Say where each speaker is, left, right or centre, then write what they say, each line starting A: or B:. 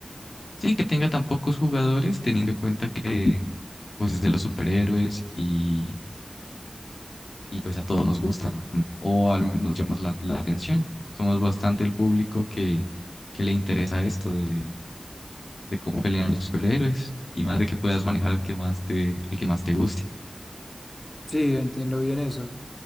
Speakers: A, on the left (about 75°); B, on the left (about 40°).
A: Sí, que tenga tan pocos jugadores, teniendo en cuenta que pues es de los superhéroes y, y, pues a todos nos gustan, ¿no? o al menos llamas la, la atención. Somos bastante el público que, que le interesa esto de, de cómo pelean los superhéroes y más de que puedas manejar al que más te, al que más te guste.
B: sí, entiendo bien eso.